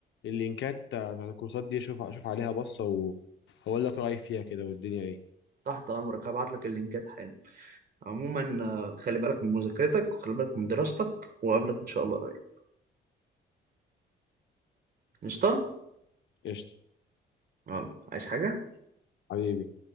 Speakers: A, on the left; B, on the right.
A: اللينكات آه، بتاعت الكورسات دي أشوف أشوف عليها بصة وأقول لك رأيي فيها كده والدنيا إيه
B: تحت أمرك هبعت لك اللينكات حالا عموما آه، خلي بالك من مذاكرتك وخلي بالك من دراستك وقابلك إن شاء الله قريب قشطة؟
A: قشطة
B: يلا عايز حاجة؟
A: حبيبي